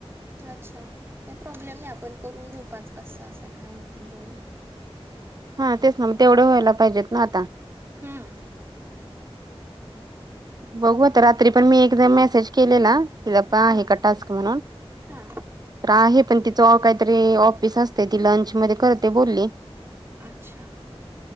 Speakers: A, on the right; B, on the right.
A: अच्छा काही प्रॉब्लेम नाही आपण करून घेऊ पाच पाच सहा सहा काय होत नाही तेवढं.
B: हा तेच ना मग तेवढं व्हायला पाहिजेत ना आता
A: हम्म.
B: बघू आता रात्री पण मी एकदा मेसेज केलेला की आता
A: हा
B: आहे का टास्क म्हणून.
A: हा.
B: तर आहे पण तिचं काहीतरी ऑफिस असते ती लंचमध्ये करते बोलली.
A: अच्छा.